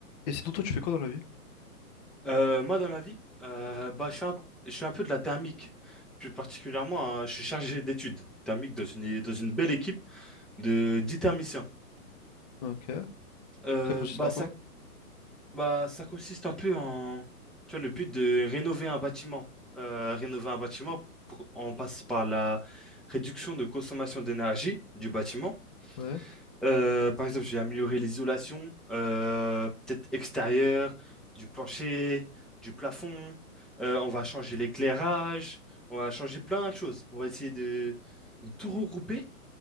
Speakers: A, on the left (about 25°); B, in the centre.
A: Et sinon, toi, tu fais quoi dans la vie?
B: Euh, moi, dans la vie, euh, bah, je fais un, je fais un peu de la thermique. Plus particulièrement, hein, je suis chargé d'études thermiques dans une, dans une belle équipe de 10 thermiciens.
A: Ok.
B: Euh,
A: Ça consiste
B: bah,
A: en quoi?
B: ça, bah, ça consiste un peu en, tu vois, le but de rénover un bâtiment. Euh, rénover un bâtiment, pour- on passe par la réduction de consommation d'énergie du bâtiment
A: Ouais.
B: Euh, par exemple, j'ai amélioré l'isolation, euh, peut-être extérieure, du plancher, du plafond. Euh, on va changer l'éclairage, on va changer plein de choses. On va essayer de, de tout regrouper